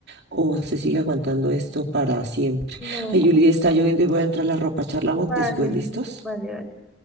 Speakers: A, on the right; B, in the centre.
A: o se sigue aguantando esto para siempre.
B: No,
A: Ay, Julie, está lloviendo y voy a entrar a la ropa. Charlamos
B: vale,
A: después, ¿listos?
B: vale, vale.